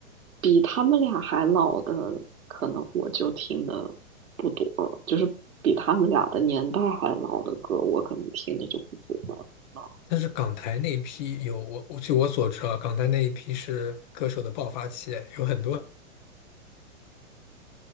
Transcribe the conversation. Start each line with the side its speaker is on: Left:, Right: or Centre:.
Right: 比他们俩还老的，可能我就听的不多了就是比他们俩的年代还老的歌，我可能听的就不多了。啊，
Left: 但是港台那一批有我我据我所知啊，港台那一批是歌手的爆发期，有很多